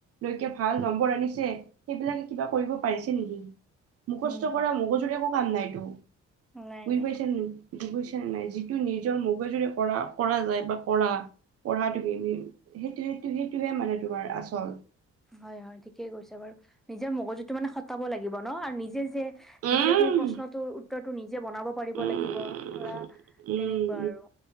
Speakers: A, on the right; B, in the centre.
A: লৈকে ভাল নম্বৰ আনিছে, সেইবিলাকে কিবা কৰিব পাৰিছে নেকি। মুৰ্খস্থ
B: উম
A: কৰা, মগজুৰে একো কাম নাইতো,
B: নাই
A: বুজি
B: নাই
A: পাইছেনে? বুজি পাইছা নাই? যিটো নিজৰ মগজুৰে কৰা, কৰা যায় বা কৰা। পঢ়া তুমি? সেই, সেইটো, সেইটোহে মানে, তোমাৰ আচল।
B: হয়, হয়, ঠিকেই কৈছে বাৰু। নিজৰ মগজুটো মানে, সটাব লাগিব ন' আৰু নিজে যে,
A: উম
B: নিজে তুমি প্ৰশ্নটোৰ উত্তৰ টো নিজে বনাব পাৰিব
A: উম
B: লাগিব ধৰা
A: উম
B: তেনেকুৱা আৰু